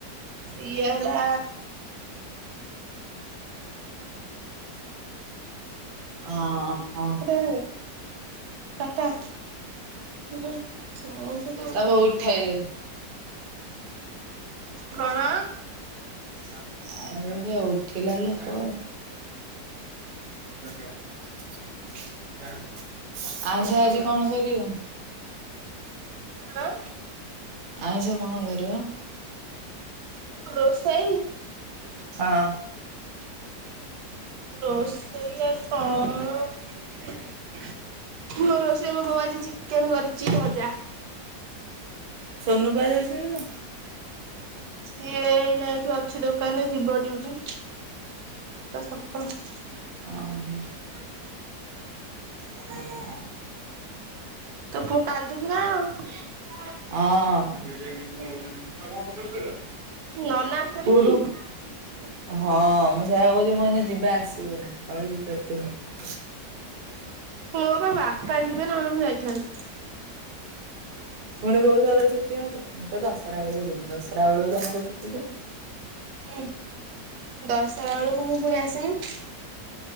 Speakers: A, on the right; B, on the right.
A: ଇଏ ହେଲା।
B: ଓହୋ
A: <unintelligible> <unintelligible> <unintelligible> ଚାରିଟା
B: ତାକୁ ଉଠେଇଦେ।
A: କଣ?
B: ଆଉ ସେ ଉଠିଲା ଲୋକ। <inaudible> ଆଇଁଷ ଆଜି କଣ କରିବ?
A: ଆଁ
B: ଆଇଁଷ କଣ କରିବ?
A: ରୋଷେଇ?
B: ହଁ।
A: ରୋଷେଇ ଆଜି କଅଣ ମୁଁ ରୋଷେଇ ମୋ ବୋଉ ଆଜି ଚିକେନ କରିଛି ଭଜା।
B: ସୋନୁ କୁଆଡ଼େ ଯାଇଛି କିଲୋ?
A: ସିଏ ଏଇନା ଏଇଠି ଅଛି ଦୋକାନ ରେ ଯିବ ଡିଉଟି। <unintelligible>
B: ଓହୋଃ। ଅଃ।
A: ତୋ ପୁଅ କାନ୍ଦୁଛି ନା-ଣ
B: ଅଁ।
A: ନନା ଆସିଛନ୍ତି
B: କୁରୁ
A: କି?
B: ହଁ, ମୁଁ ସେୟା କହୁଛି ମୁଁ <unintelligible> ଯିବ ଆସିବ ନା ରହିବ। <unintelligible>
A: ହଉ ବାବା <unintelligible> ଯିବେ ନହେଲେ ମୁଁ ଯାଇଥାନ୍ତି।
B: ପୁଣି କଉଥର ଛୁଟି ହବ ମୁଁ ତ ଦଶରାଳୁ ଯିବି ଦଶରା ବେଳକୁ ମୋର ଛୁଟି
A: ହୁଁ ଦଶରା ବେଳକୁ ମୁଁ ପୁଣି ଆସିବି।